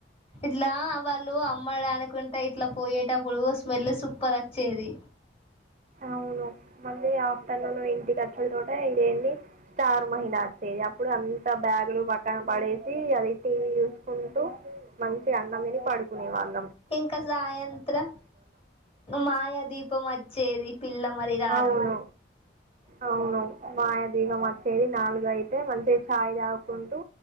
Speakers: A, on the left; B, on the right.
A: ఇట్లా వాళ్ళు అమ్మడు అనుకుంటే ఇట్లా పోయేటప్పుడు స్మెల్ సూపర్ వ చేది
B: అవును మళ్ళీ ఆఫ్టర్నూన్ ఇంటికిచ్చల తోట ఇదేంది స్టార్ మహిళ వచ్చేది అప్పుడు అంత బ్యాగులు పక్కన పడేసి అది టీవీ చూసుకుంటూ మంచి అన్నం తిని పడుకునే వాళ్ళు
A: ఇంకా సాయంత్రం మాయా దీపం వచ్చేది పిల్ల మరి రాజు
B: అవును అవును మాయ దీపం చేది నాలుగు అయితే మంచిగా చాయ్ తాగుకుంటూ